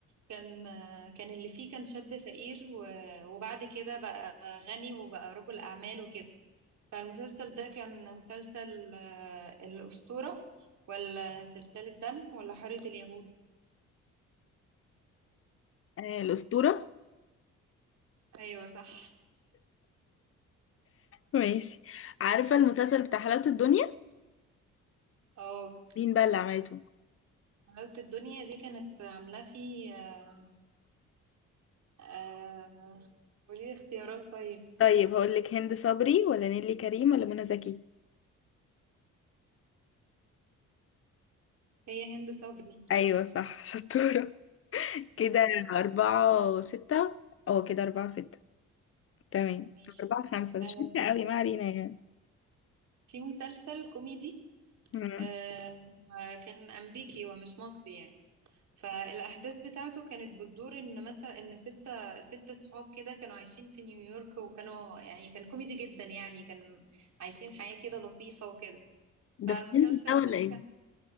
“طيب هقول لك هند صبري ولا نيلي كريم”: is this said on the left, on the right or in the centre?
Left